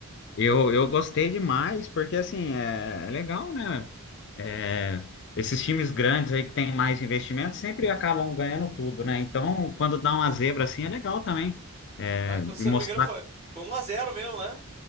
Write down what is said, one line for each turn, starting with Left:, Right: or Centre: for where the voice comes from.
Left: Eu, eu gostei demais, porque assim, é, é legal, né? É, esses times grandes aí que tem mais investimento sempre acabam ganhando tudo, né? Então, quando dá uma zebra assim, é legal também. É,
Right: Mas, se
Left: e mostrar.
Right: eu não me engano, foi, foi um a zero mesmo, né?